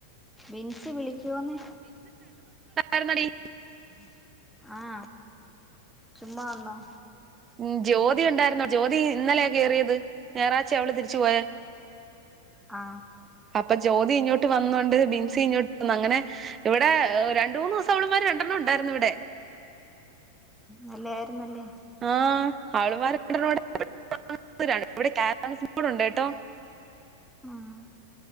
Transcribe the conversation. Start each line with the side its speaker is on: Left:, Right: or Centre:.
Centre: ബിൻസി വിളിക്കുവോന്ന്
Right: ടുന്നടി <unintelligible>
Centre: ആ.. ചുമ്മാ വന്നോ
Right: ഉം ജ്യോതി ഉണ്ടായിരുന്നോ ജ്യോതി ഇന്നലെയാ കേറിയത് ഞായറാഴ്ച അവള് തിരിച്ചു പോയേ
Centre: ആ
Right: അപ്പൊ ജ്യോതി ഇങ്ങോട്ട് വന്നോണ്ട് ബിൻസി ഇങ്ങോട്ട് വന്ന്. അങ്ങനെ ഇവിടെ രണ്ട് മൂന്ന് ദിവസം അവുളുമാര് രണ്ടെണ്ണം ഉണ്ടായിരുന്നു ഇവിടെ
Centre: നല്ല ആയിരുന്നല്ലേ
Right: ആ.. അവിളുമാർ രണ്ടെണ്ണകൂടെ ഇവിടെ ക്യാരംസ്ബോർട് ഉണ്ട് കേട്ടോ
Centre: ആഹ്